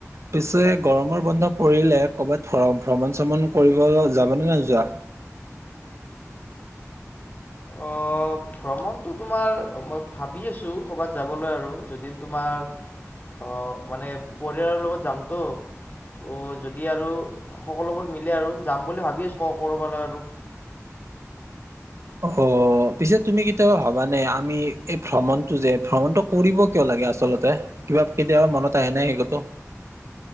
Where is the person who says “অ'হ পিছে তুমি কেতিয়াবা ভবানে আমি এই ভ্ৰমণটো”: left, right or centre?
Right